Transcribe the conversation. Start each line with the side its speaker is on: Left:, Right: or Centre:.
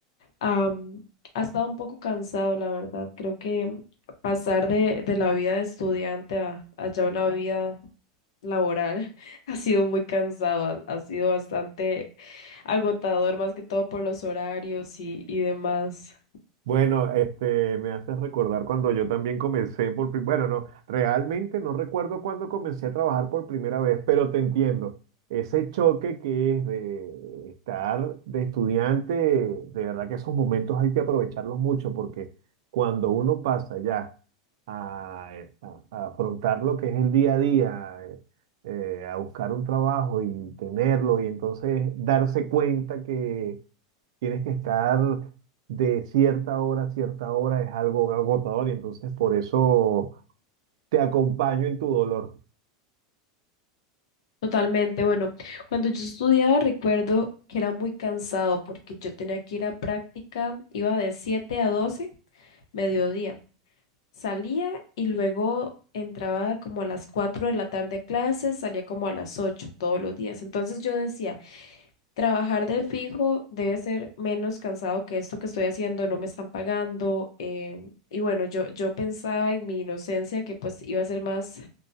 Left: Am, ha estado un poco cansado, la verdad. Creo que pasar de, de la vida de estudiante a, a ya una vida laboral <laughs> ha sido muy cansado, ha, ha sido bastante agotador, más que todo por los horarios y, y demás.
Right: Bueno, este, me haces recordar cuando yo también comencé por, pri- bueno, no, realmente no recuerdo cuándo comencé a trabajar por primera vez, pero te entiendo. Ese choque que es de estar de estudiante, de verdad que esos momentos hay que aprovecharlos mucho porque cuando uno pasa ya a, eh, a- a afrontar lo que es el día a día, eh, eh, a buscar un trabajo y tenerlo y entonces darse cuenta que tienes que estar de cierta hora a cierta hora, es algo agotador y entonces por eso te acompaño en tu dolor.
Left: Totalmente, bueno, cuando yo estudiaba recuerdo que era muy cansado porque yo tenía que ir a práctica, iba de 7 a 12 mediodía. Salía y luego entraba como a las 4 de la tarde a clases, salía como a las 8 todos los días. Entonces yo decía, Trabajar del fijo debe ser menos cansado que esto que estoy haciendo, no me están pagando. eh, y bueno, yo, yo pensaba en mi inocencia que pues iba a ser más,